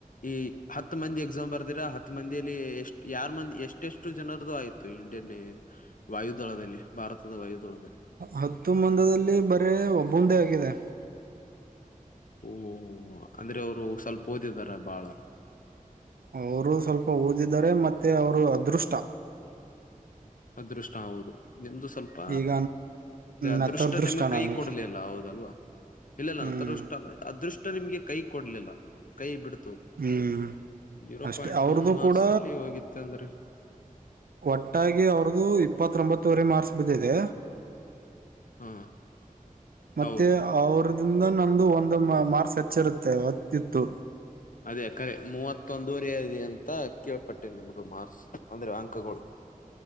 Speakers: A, on the left (about 65°); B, on the right (about 85°).
A: ಈ ಹತ್ತು ಮಂದಿ ಎಕ್ಸಾಮ್ ಬರ್ದಿರಾ ಹತ್ ಮಂದಿಯಲ್ಲಿ ಎಷ್ಟ್ ಯಾರ್ ಮಂದಿ ಎಷ್ಟೆಷ್ಟು ಜನರದದುು ಆಯತು ಇಂಡಿಯನ್ ವಾಯುದಳದಲ್ಲಿ ಭಾರತದ ವಾಯುುದಳದಲ್ಲಿ.
B: ಹತ್ತು ಮಂದದಲ್ಲಿ ಬರೇ ಒಬ್ಬಂದೆ ಆಗಿದೆ.
A: ಓ ಅಂದ್ರೆ ಅವರು- ಸ್ವಲ್ಪ ಓದಿದಾರ ಬಾಳ-
B: ಅವರು ಸ್ವಲ್ಪ ಓದಿದ್ದಾರೆ ಮತ್ತೆ ಅವರು ಅದೃಷ್ಟ.
A: ಅದೃಷ್ಟ ಆದು. ನಿಮ್ದು ಸ್ವಲ್ಪ
B: ಈಗ
A: ಅದೃಷ್ಟ
B: ನತದೃಷ್ಟ
A: ನಿಮ್ಗೆ ಕೈ
B: ನಾನು
A: ಕೊಡ್ಲಲ್ಲ ಹೌದಲ್ವಾ ಇಲ್ಲಲ್ಲ
B: ಹ್ಮ್
A: ಅದೃಷ್ಟ ಅಲ್ಲ ಅದೃಷ್ಟ ನಿಮ್ಗೆ ಕೈ ಕೊಡ್ಲಿಲ್ಲ ಕೈ ಬಿಡ್
B: ಹ್ಮ್
A: ಜೀರೋ
B: ಅಷ್ಟೆ
A: ಪಾಯಿಂಟ್
B: ಅವ್ರದ್ದು
A: ಒಂದ್ ಮಾರ್ಕ್ಸ್
B: ಕೂಡ
A: ಅಲ್ಲಿ ಹೋಗಿತ್ತು ಅಂದ್ರೆ.
B: ಒಟ್ಟಾಗಿ ಅವ್ರದದುು ಇಪ್ಪತ್ತೊಂಬತ್ತುವರೆ ಮಾರ್ಕ್ಸ್ ಬಿದ್ದಿದೆ.
A: ಹಾ
B: ಮತ್ತೆ
A: ಹೌದು
B: ಅವ್ರದಿಂದ ನಂದು ಒಂದು ಮಾರ್ಸ್ ಹಚ್ಚಿರುತ್ತೆ ಹೊತ್ತಿತ್ತು
A: ಅದೇ ಕರೆ ಮೂವತ್ತೊಂದೂುವರೆದೆ ಅಂ ಅ ಕೇಳ್ಪಟ್ಟೇನೆ ನಮ್ಮದು ಮಾರ್ಸ್ ಅಂದ್ರೆ ಅಂಕಗಳು